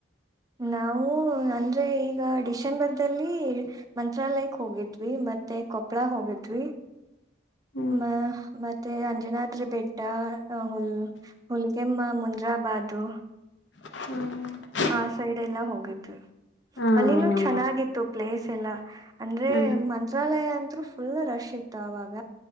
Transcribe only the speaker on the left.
ಹ್ಮ್.
ಹ್ಮ್
ಆ!
ಹಾ.
ಹಾ,